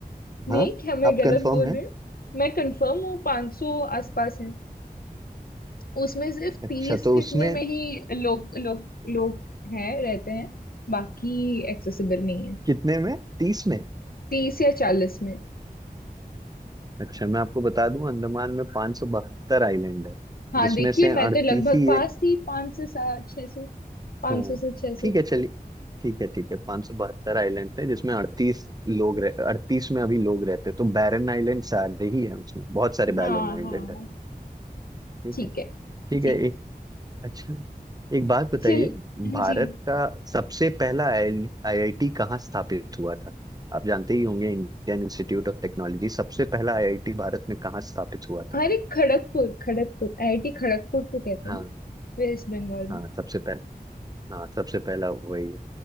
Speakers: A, on the left (about 70°); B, on the right (about 25°).
A: नहीं
B: हाँ
A: क्या मैं
B: आप
A: गलत
B: कंफर्म
A: बोल
B: है
A: रही हूँ मैं कंफर्म हूँ 500 आसपास है उसमें सिर्फ
B: अच्छा
A: तीस
B: तो
A: कितने
B: उसमें
A: में ही लोग लोग लोग हैं रहते हैं बाकी एक्सेसिबल नहीं है
B: कितने में तीस में
A: तीस या चालीस में
B: अच्छा मैं आपको बता दूं अंडमान में पाँच सौ बहत्तर आइलैंड है
A: हाँ
B: जिसमें
A: देखिए
B: से अड़तीस
A: मैं तो लगभग
B: ही
A: पास
B: है
A: थी पाँच से सात छह सौ पाँच
B: हाँ
A: सौ से छह
B: ठीक है चलिए ठीक है ठीक है पाँच सौ बहत्तर आइलैंड थे जिसमें अड़तीस लोग रह अड़तीस में अभी लोग रहते हैं तो बैरन आइलैंड सारे ही है उसमें बहुत सारे
A: हाँ
B: बैरन आइलैंड
A: हाँ हाँ
B: है ठीक
A: ठीक
B: है
A: है
B: ठीक
A: ठीक
B: है
A: है
B: अच्छा एक बात बताइए
A: चल चल
B: भारत
A: जी
B: का सबसे पहला आईआईटी कहाँ स्थापित हुआ था आप जानते ही होंगे इंडियन इंस्टीट्यूट ऑफ टेक्नोलॉजी सबसे पहला आईआईटी भारत में कहाँ स्थापित हुआ
A: अरे
B: था
A: खड़गपुर खड़गपुर आईआईटी खड़गपुर को कहते
B: हाँ
A: हैं ना वेस्ट बंगाल में
B: हाँ सबसे पहला हाँ सबसे पहला वही है